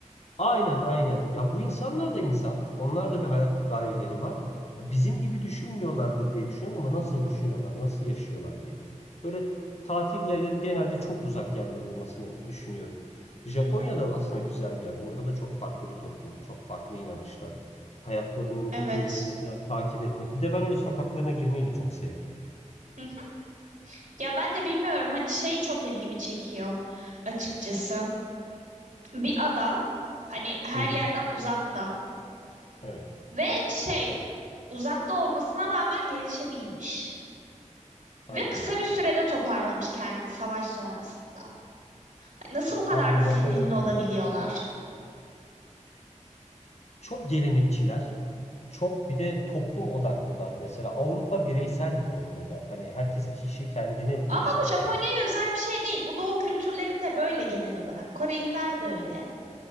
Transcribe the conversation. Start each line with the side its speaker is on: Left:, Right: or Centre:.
Left: Aynen aynen. Ya bu insanlar da insan. Onlar da bir hayat gayeleri var. Ya Bizim gibi düşünmüyorlardır diye düşünüyorum ama nasıl düşünüyorlar, nasıl yaşıyorlar diye. Böyle tatil yerlerin genelde çok uzak yerler olmasını düşünüyorum. Japonya'da
Right: Hı hı,
Left: aslında güzel bir yer. Orada da çok farklı bir toplum, çok farklı inanışlar. Hayatlarının
Right: evet.
Left: rutinlerini falan takip etmek. Bir de ben öyle sokaklarına girmeyi de çok severim.
Right: Hı hı. Ya ben de bilmiyorum hani şey çok ilgimi çekiyor açıkçası. Bir ada hani her
Left: Hı hı.
Right: yerden uzakta
Left: Evet,
Right: ve şey uzakta olmasına rağmen gelişebilmiş.
Left: aynen
Right: Ve kısa
Left: öyle.
Right: bir sürede toparlamış kendini savaş sonrasında. Hani Nasıl bu kadar
Left: Tam bir
Right: disiplinli
Left: başarı örneği.
Right: olabiliyorlar?
Left: Çok gelenekçiler, çok bir de toplum odaklılar. Mesela Avrupa bireyseldir o konuda. Hani herkes kişi kendini
Right: Ama
Left: geliştirmek.
Right: bu Japonya'ya özel bir şey değil. Bu doğu kültürlerinde böyle genel olarak. Koreliler de öyle.